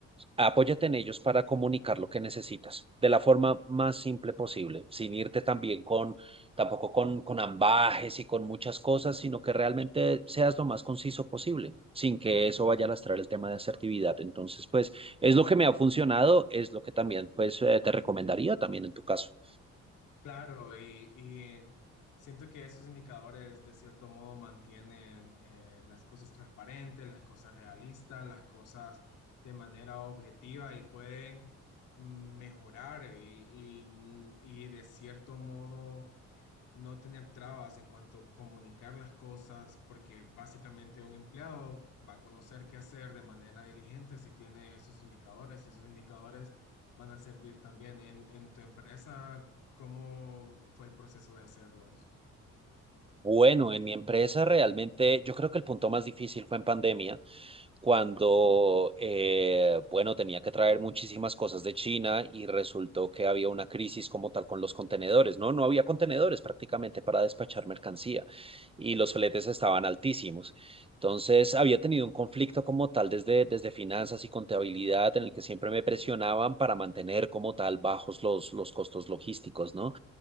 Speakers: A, on the right (about 20°); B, on the left (about 85°).
A: Apóyate en ellos para comunicar lo que necesitas de la forma más simple posible, sin irte también con, tampoco con, con ambages y con muchas cosas, sino que realmente seas lo más conciso posible, sin que eso vaya a lastrar el tema de asertividad. Entonces, pues, es lo que me ha funcionado, es lo que también, pues, eh, te recomendaría también en tu caso.
B: Claro, y, y en- siento que esos indicadores de cierto modo mantienen eh, las cosas transparentes, las cosas realistas, las cosas de manera objetiva y pueden mejorar y, y- y de cierto modo no tener trabas en cuanto a comunicar las cosas, porque básicamente un empleado va a conocer qué hacer de manera diligente si tiene esos indicadores, y esos indicadores van a servir también en, en tu empresa. ¿Cómo fue el proceso de hacerlos?
A: Bueno, en mi empresa realmente yo creo que el punto más difícil fue en pandemia cuando, eh, bueno, tenía que traer muchísimas cosas de China y resultó que había una crisis como tal con los contenedores, ¿no? No había contenedores prácticamente para despachar mercancía y los fletes estaban altísimos. Entonces, había tenido un conflicto como tal desde, desde finanzas y contabilidad en el que siempre me presionaban para mantener como tal bajos los, los costos logísticos, ¿no?